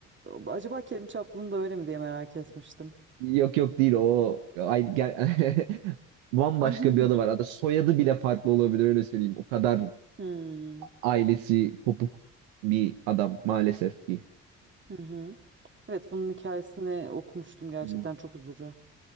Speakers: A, on the right; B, on the right.
A: acaba Kerim Çaplı'nın da öyle mi diye merak etmiştim.
B: Yok yok değil o. Ay, gel... <laughs> Bambaşka
A: <laughs>
B: bir adı var. Adı soyadı bile farklı olabilir öyle söyleyeyim. O kadar
A: Hmm.
B: ailesi kopuk bir adam maalesef ki.
A: Hı hı. Evet bunun hikayesini okumuştum gerçekten
B: Hmm.
A: çok üzücü.